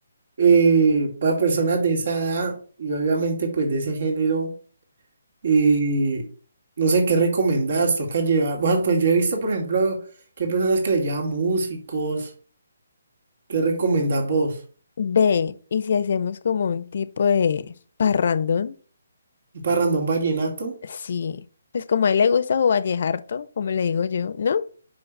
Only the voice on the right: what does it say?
eh, para personas de esa edad y obviamente pues de ese género, eh, no sé qué recomendás, toca llevar. Bueno, pues yo he visto, por ejemplo, que hay personas que le llevan músicos. ¿Qué recomendás vos?
¿Un parrandón vallenato?